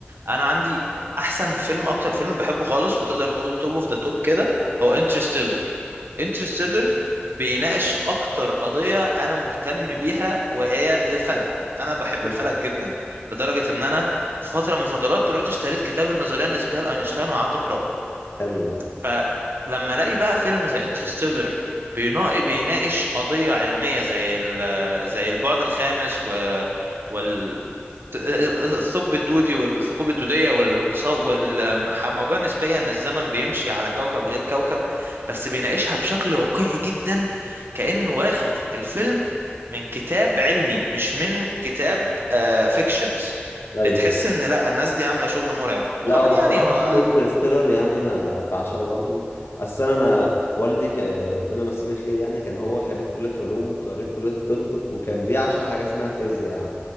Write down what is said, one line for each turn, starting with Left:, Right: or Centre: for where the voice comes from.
Right: انا عندي احسن فيلم اكتر فيلم بحبه خالص وتقدر تقول توب اوف ذا توب كده هو انترستيلر انترستيلر بيناقش اكتر قضية انا مهتم بيها وهي الفلك انا بحب
Left: مم.
Right: الفلك جدا لدرجة ان انا في فترة من الفترات رحت اشتريت كتاب النظرية النسبية لاينشتاين وقعدت اقراه
Left: حلو ده
Right: فلما الاقي بقى فيلم زي انترستيلر بيناقش قضية علمية زي ال- زي البعد الخامس و وال الثقب الدودي والثقوب الدودية والموضوع النسبية إن الزمن بيمشي على كوكب غير كوكب بس بيناقشها بشكل واقعي جدا كأنه واخد الفيلم من كتاب علمي مش من كتاب فيكشنز
Left: ايوه
Right: بتحس إن لا الناس دي عاملة شغل مرعب وكمان
Left: لا هو
Right: يعني
Left: بصراحة
Right: هو
Left: فيلم انترستيلر يعني أنا بعشقه برضو أصل أنا أنا والدي ك... ربنا يمسيه بالخير يعني كان هو خريج كلية علوم وخريج كلية طب وكان بيعشق حاجة اسمها فيزياء يعني